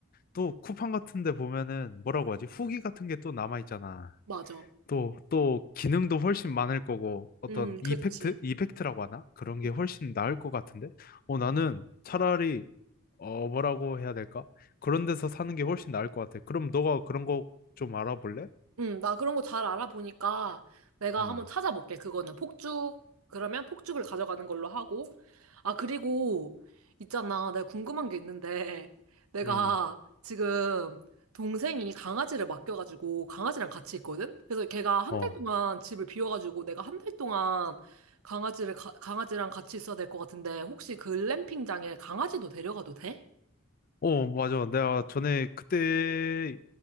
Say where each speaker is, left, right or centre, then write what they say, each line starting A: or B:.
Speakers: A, on the left (about 40°); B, on the right (about 80°).
A: 또 쿠팡 같은 데 보면은 뭐라고 하지? 후기 같은 게 또 남아 있잖아.
B: 맞아.
A: 또, 또, 기능도 훨씬 많을 거고, 어떤
B: 음, 그렇지.
A: 이펙트? 이펙트라고 하나? 그런 게
B: 음.
A: 훨씬 나을 것 같은데? 어, 나는 차라리, 어, 뭐라고 해야 될까? 그런 데서 사는 게 훨씬 나을 것 같아. 그럼 너가 그런 거 좀 알아볼래?
B: 응, 나 그런 거 잘 알아보니까 내가
A: 음,
B: 한번 찾아볼게. 그거는 폭죽, 그러면 폭죽을 가져가는 걸로 하고. 아, 그리고 있잖아. 내가 궁금한 게 있는데 <laughs> 내가
A: 음,
B: 지금 동생이 강아지를 맡겨가지고 강아지랑 같이 있거든? 그래서 걔가 한
A: 어.
B: 달 동안 집을 비워가지고 내가 한 달 동안 강아지를, 가- 강아지랑 같이 있어야 될 것 같은데 혹시 글램핑장에 강아지도 데려가도 돼?
A: 어, 맞아. 내가 전에 그때